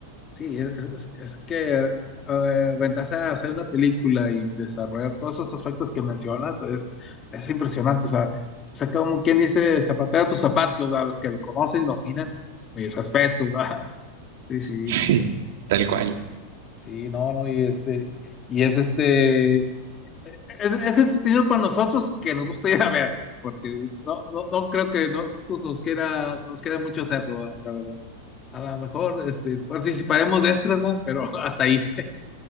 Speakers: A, on the left; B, on the right.
A: Sí, es, es- es que eh, ventaja de hacer una película y desarrollar todos esos aspectos que mencionas es, es impresionante. O sea, o sea, como quien dice, zapatero a tus zapatos, a los que lo conocen y lo miran, mis respetos, ¿verdad? <laughs> Sí, sí,
B: Sí, tal cual.
A: sí, no, no, y este, y es este, es, es entretenido para nosotros que nos gusta ir a ver, porque no, no, no creo que nosotros nos quiera, nos queda mucho hacerlo, la verdad. A lo mejor, este, participaremos de extras, ¿verdad? Pero <laughs> hasta ahí.